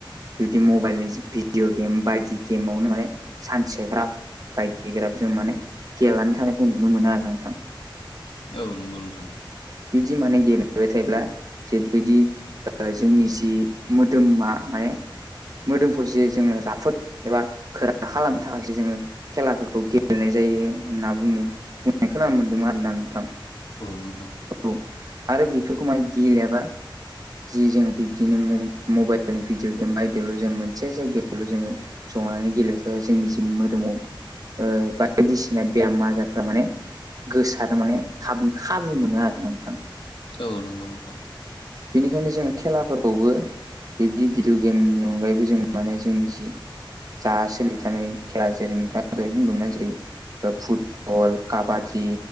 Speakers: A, on the right; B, on the left.
A: बिदि मबाइलनि भिडिअ गेम बायदि गेमावनो माने सानसेग्रा बायदि ग्राब जों माने गेलेनानै थानायखौ नुनो मोनो आरो नोंथां।
B: औ नंगौ नोंथां।
A: बिदि माने गेलेबाय थायोब्ला जेबायदि जोंनि जि मोदोमा माने मोदोमखौ जे जोङो राफोद एबा खोरा खालामनो थाखायसो जोङो खेलाफोरखौ गेलेनाय जायो होनना बुंयो बुंनाय खोनानो मोन्दोंमोन आरोोना नोंथां।
B: बबाव नोंथां।
A: औ आरो बेफोरखौ मान गेलेयाबा जि जों बिब्दिनो मबाइल भिडिअ गेम बयदायावल' जों मोनसे जायगायावल' जोङो संनानै गेलेबाय था जोंनि जि मोदोमाव बायदिसिना बेराम आजारफोरा माने गोसार माने थाबाब दु मोनो आरो नोंथां।
B: औ नंगौ नोंथां।
A: बेनिखायनो जोंङ खेलाफोरखौबो बिबदि भिडिअ गेमनि अनगायैबो जों माने जोंनि जि जा सोलिबाय थानाय खेला जेरै नोंथाङा द बुंदोंमोनना जेरै फुटबल काबादि